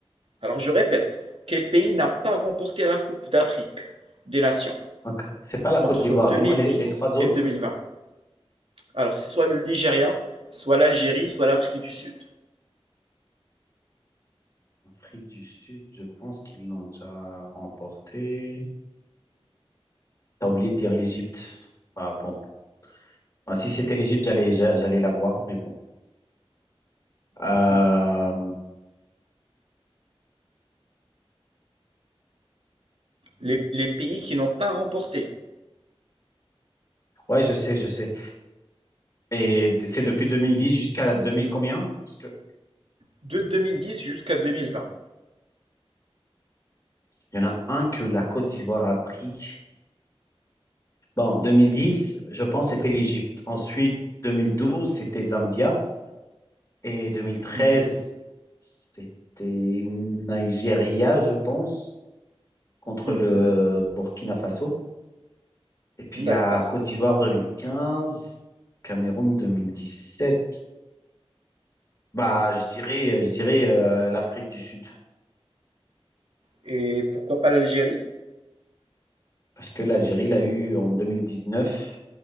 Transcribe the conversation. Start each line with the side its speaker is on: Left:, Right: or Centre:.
Right: Alors je répète, quel pays n'a pas remporté la Coupe d'Afrique des Nations
Left: Ok. c'est pas la
Right: entre
Left: Côte d'Ivoire.
Right: 2010
Left: Dis-moi les, les trois
Right: et
Left: autres.
Right: 2020? Alors, c'est soit le Nigeria, soit l'Algérie, soit l'Afrique du Sud.
Left: Afrique du Sud, je pense qu'ils l'ont déjà remporté. T'as oublié de dire l'Égypte. Ah bon. Ah, si c'était l'Égypte, j'allais j'a- j'allais la voir, mais bon. Euh,
Right: Mhm. Les, les pays qui n'ont pas remporté
Left: Ouais, je sais, je sais. Et c'est depuis 2010 jusqu'à 2000 combien? Parce que
Right: de 2010 jusqu'à 2020.
Left: il y en a un que la Côte d'Ivoire a pris. Bon, 2010, je pense, c'était l'Égypte. Ensuite, 2012, c'était Zambia. Et deux mille treize,
Right: Mhm.
Left: c'était Nigeria, je pense, contre
Right: Mhm.
Left: le Burkina Faso. Et puis,
Right: Mhm.
Left: il
Right: D'accord.
Left: y a Côte d'Ivoire 2015, Cameroun 2017. Bah, je dirais, euh, je dirais euh, l'Afrique du Sud,
Right: Et pourquoi pas l'Algérie?
Left: parce que l'Algérie l'a eu en 2019.